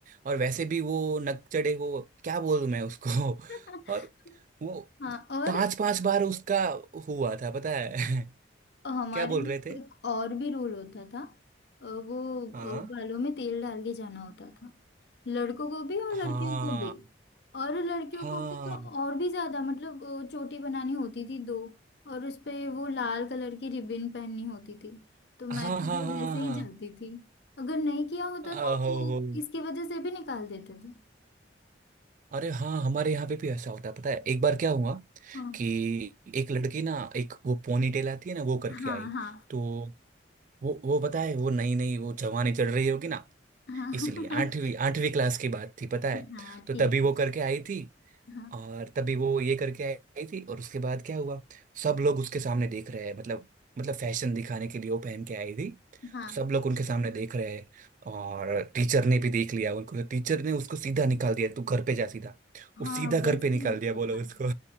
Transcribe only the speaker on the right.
और वैसे भी वो नकचढ़े वो क्या बोलूं मैं उसको
<laughs> और वो
पांच पांच बार उसका हुआ था पता है
<laughs>
क्या बोल
रहे
थे
हाँ
हाँ
हाँ
हाँ
हाँ हाँ
हाँ
ओहो
हो।
अरे हाँ हमारे यहाँ पे भी ऐसा होता है पता है एक बार क्या हुआ
कि एक लड़की ना एक वो पोनी टेल आती है ना वो करके
आई
तो वो वो पता है वो नई नई वो जवानी चढ़ रही होगी ना
इसलिए आठवीं
आठवीं क्लास की बात थी पता है
तो
तभी वो करके आई थी
और तभी वो ये करके आई थी और उसके बाद क्या हुआ सब लोग उसके सामने देख रहे हैं मतलब मतलब फैशन दिखाने के लिए वो पहन के आई थी
तो सब लोग उनके सामने देख रहे हैं और टीचर ने भी देख लिया उनको तो टीचर ने उसको सीधा निकाल दिया तू घर पे जा सीधा
वो सीधा घर
पे निकाल
दिया बोलो
उसको